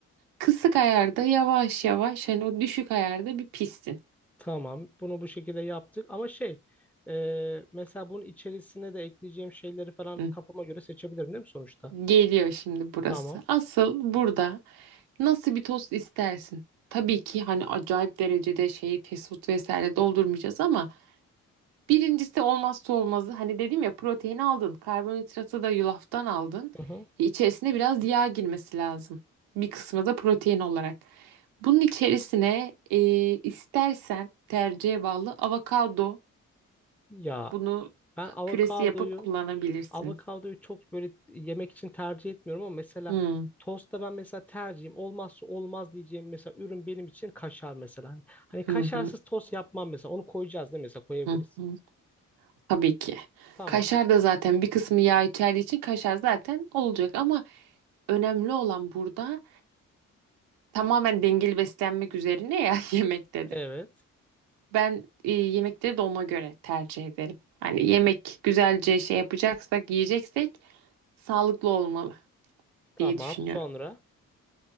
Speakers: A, on the right (about 80°); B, in the centre.
A: Kısık ayarda yavaş yavaş hani o düşük ayarda bir pişsin.
B: Tamam. Bunu bu şekilde yaptık. Ama şey e, mesela bunun içerisine de ekleyeceğim şeyleri falan
A: Hı.
B: kafama göre seçebilirim değil mi sonuçta?
A: Geliyor şimdi burası.
B: Tamam.
A: Asıl burada nasıl bir tost istersin? Tabii ki hani acayip derecede şey fast food vesaire doldurmayacağız ama birincisi olmazsa olmazı hani dedim ya protein aldın, karbonhidratı da yulaftan aldın.
B: Hı hı.
A: E, İçerisine biraz yağ girmesi lazım. Bir kısmı da protein olarak. Bunun içerisine e, istersen tercihe bağlı avokado
B: Ya
A: bunu
B: ben avokadoyu
A: püresi yapıp kullanabilirsin.
B: avokadoyu çok böyle yemek için tercih etmiyorum ama mesela
A: Hı
B: tostta ben mesela tercihim olmazsa olmaz diyeceğim mesela ürün benim için kaşar mesela. Hani, hani
A: hı
B: kaşarsız
A: hı
B: tost yapmam mesela. Onu koyacağız değil mi? Mesela koyabiliriz.
A: hı. hı. Tabii ki.
B: Tamam.
A: Kaşar da zaten bir kısmı yağ içerdiği için kaşar zaten olacak ama önemli olan burada tamamen dengeli beslenmek üzerine ya <laughs> yemekte
B: Evet.
A: de. Ben e, yemekleri de ona göre tercih ederim. Hani yemek güzelce şey yapacaksak, yiyeceksek sağlıklı olmalı
B: Tamam.
A: diye düşünüyorum.
B: Sonra.